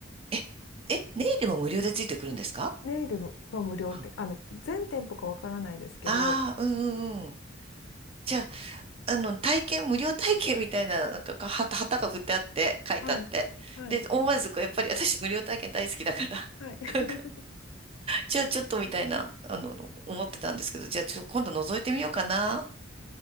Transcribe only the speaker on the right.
え、え、ネイルも無料でついてくるんですか
あ
あー、うんうんうん。じゃあ、あの、体験、無料体験みたいな、なんか、か、旗、旗が振ってあって、書いてあって。
で、思わず、こうやっぱり私、無料体験大好きだから、
<laughs> なんか、じゃあ、ちょっとみたいな、あの、思ってたんですけど、じゃあ、ちょ、今度覗いてみようかな。